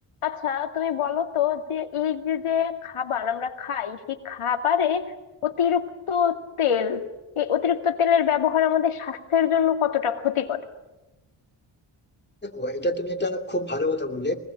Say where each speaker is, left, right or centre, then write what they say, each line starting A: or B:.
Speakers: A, on the left; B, on the left.
A: আচ্ছা তুমি বলো তো যে এই যে যে খাবার আমরা খাই সেই খাবারে অতিরিক্ত তেল এই অতিরিক্ত তেলের ব্যবহার আমাদের স্বাস্থ্যের জন্য কতটা ক্ষতিকর
B: দেখো এটা তুমি একটা খুব ভালো কথা বললে